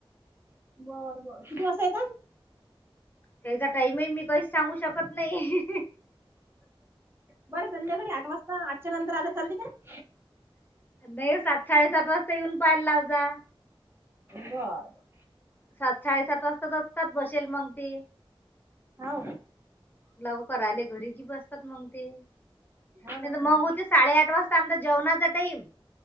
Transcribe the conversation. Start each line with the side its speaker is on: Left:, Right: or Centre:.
Right: बर बर कीती वाजता येतान.
Left: त्याइचा टाईमही मी कहीच सांगू शकत नाही.
Right: बरं संध्याकाळी आठ वाजता आठच्या नंतर आलं चालते काय.
Left: नाही सात साडेसात वाजता येऊन पहायला लाव जा.
Right: बर बर.
Left: सात साडेसात वाजता त असतात बशेल मग ते.
Right: हाव.
Left: लवकर आले घरी की बसतात मग ते नाहीत
Right: हा ना हा ना
Left: मग होते साडेआठ वाज त्यांनचा जेवणाचा टाईम.